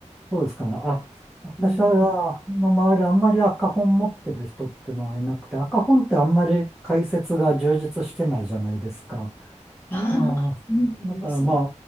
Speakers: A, in the centre; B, on the left.
A: そうですかね。あ、私は、
B: うん。
A: の周りあんまり赤本持ってる人ってのはいなくて、赤本ってあんまり解説が充実してないじゃないですか。
B: ああ、
A: ああ、
B: そうなんですね。
A: だからまあ、